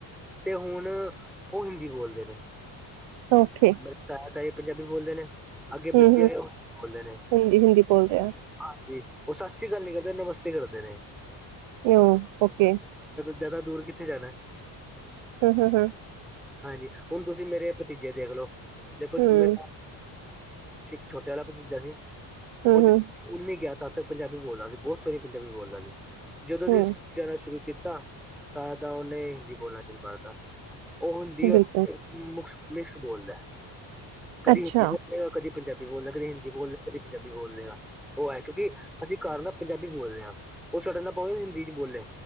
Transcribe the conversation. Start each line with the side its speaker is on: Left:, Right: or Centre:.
Centre: ਤੇ ਹੁਣ ਉਹ ਹਿੰਦੀ ਬੋਲਦੇ ਨੇ।
Right: ਓਕੇ
Centre: ਮੇਰੇ ਤਾਇਆ ਤਾਈ ਪੰਜਾਬੀ ਬੋਲਦੇ ਨੇ। ਅੱਗੇ
Right: ਹੂੰ
Centre: ਬੱਚੇ
Right: ਹੂੰ
Centre: ਆਏ ਖੋਲਦੇ ਨੇ
Right: ਹਿੰਦੀ ਹਿੰਦੀ
Centre: ਹਾਂ
Right: ਬੋਲ ਰਿਹਾ
Centre: ਜੀ। ਉਹ ਸਤਿ ਸ੍ਰੀ ਅਕਾਲ ਨੀ ਕਰਦੇ ਨਮਸਤੇ ਕਰਦੇ ਰਹੇ
Right: ਆ ਓਕੇ
Centre: ਜ਼ਿਆਦਾ ਦੂਰ ਕਿੱਥੇ ਜਾਣਾ
Right: ਹੂੰ ਹੂੰ ਹੂੰ
Centre: ਹਾਂਜੀ ਹੁਣ ਤੁਸੀਂ ਮੇਰੇ ਭਤੀਜੇ ਦੇਖਲੋ ਦੇਖੋ
Right: ਹੂੰ
Centre: ਮ ਛੋਟੇ ਵਾਲਾ ਭਤੀਜਾ ਜੀ
Right: ਹੂੰ
Centre: ਉਹ
Right: ਹੂੰ
Centre: ਉੱਨੀ ਗਿਆ ਤ ਤੱਕ ਪੰਜਾਬੀ ਬੋਲਦਾ ਸੀ ਬਹੁਤ ਸੋਹਰੀ ਪੰਜਾਬੀ ਬੋਲਦਾ ਸੀ ਜਦੋਂ
Right: ਹੂੰ
Centre: ਦੀ ਸਕ ਆਣਾ ਸ਼ੁਰੂ ਕੀਤਾ ਤਾਂ ਤਾਂ ਉਹਨੇ ਹਿੰਦੀ ਬੋਲਣਾ ਸ਼ੁਰੂ ਕਰਤਾ ਉਹ ਹਿੰਦੀ ਔਰਕ
Right: ਬਿਲਕੁਲ
Centre: ਮਿਕਸ ਬੋਲਦਾ ਹੈ ਕਦੀ
Right: ਅੱਛਾ
Centre: ਹਿੰਦੀ ਬੋਲ ਕਦੀ ਪੰਜਾਬੀ ਬੋਲਦੇ ਕਦੇ ਹਿੰਦੀ ਬੋਲ ਲ ਕਦੇ ਪੰਜਾਬੀ ਬੋਲ ਲਗਾ ਉਹ ਹੈ ਕਿਉਂਕਿ ਅਸੀਂ ਘਰ ਨਾਲ ਪੰਜਾਬੀ ਬੋਲਦੇ ਹਾਂ ਉਹ ਛੱਡਣਾ ਪਵੇ ਹਿੰਦੀ ਚ ਬੋਲੇ